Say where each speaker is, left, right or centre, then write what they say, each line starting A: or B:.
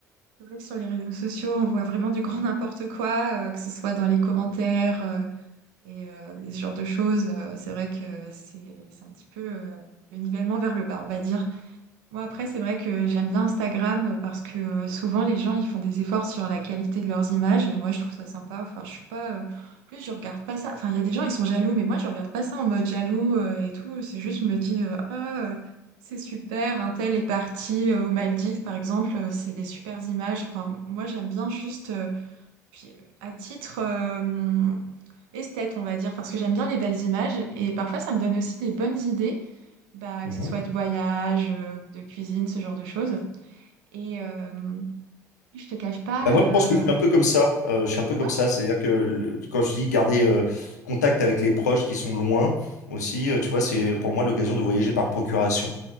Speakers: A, on the right; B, on the left.
A: C'est vrai que sur les réseaux sociaux, on voit vraiment du grand <laughs> n'importe quoi, euh, que ce soit dans les commentaires euh, et euh, ce genre de choses. Euh, c'est vrai que c'est c'est un petit peu euh, le nivellement vers le bas, on va dire. Moi, après, c'est vrai que j'aime bien Instagram parce que euh, souvent les gens ils font des efforts sur la qualité de leurs images et moi je trouve ça sympa. Enfin, je suis pas. euh, en Plus je regarde pas ça. Enfin, il y a des gens ils sont jaloux, mais moi je regarde pas ça en mode jaloux euh, et tout. C'est juste, je me dis, euh, ah, euh, c'est super, un tel est parti euh, aux Maldives par exemple, euh, c'est des supers images. Enfin, moi j'aime bien juste. euh, puis, à titre euh, esthète, on va dire, parce que j'aime bien les belles images et parfois ça me donne aussi des bonnes idées, bah,
B: Mhm.
A: que ce soit de voyage, euh, de cuisine, ce genre de choses. Et euh, je te cache pas,
B: Bah, moi, je pense que je suis
A: euh,
B: un peu comme ça. Euh, je suis un peu
A: ouais,
B: comme ça, c'est-à-dire que le- quand je dis garder euh, contact avec les proches qui sont loin aussi, euh, tu vois, c'est pour moi l'occasion de voyager par procuration.